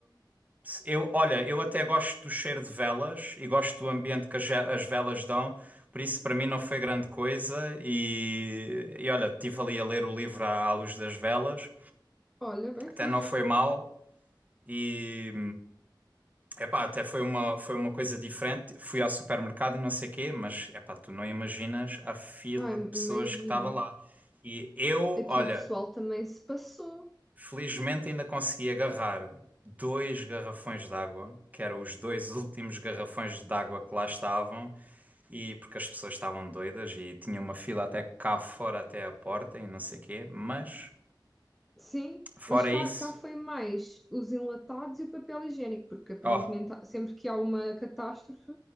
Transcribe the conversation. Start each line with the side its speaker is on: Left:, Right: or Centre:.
Right: Eu, olha, eu até gosto do cheiro de velas e gosto do ambiente que as, ve- as velas dão, por isso para mim não foi grande coisa. E, e olha, estive ali a ler o livro à, à luz das velas,
Centre: Olha, bem
Right: até
Centre: fixe.
Right: não foi mal. E epá, até foi uma, foi uma coisa diferente. Fui ao supermercado e não sei quê, mas epá, tu não imaginas a fila
Centre: Ai,
Right: de pessoas
Centre: imagino.
Right: que estava lá. E eu,
Centre: Aqui
Right: olha,
Centre: o pessoal também se passou.
Right: Felizmente ainda consegui agarrar dois garrafões de água, que eram os dois últimos garrafões de água que lá estavam, e porque as pessoas estavam doidas e tinha uma fila até cá fora até à porta e não sei o quê, mas
Centre: Sim,
Right: fora
Centre: mas cá,
Right: isso,
Centre: cá foi mais os enlatados e o papel higiênico, porque aparentemente
Right: ó,
Centre: há- sempre que há uma catástrofe,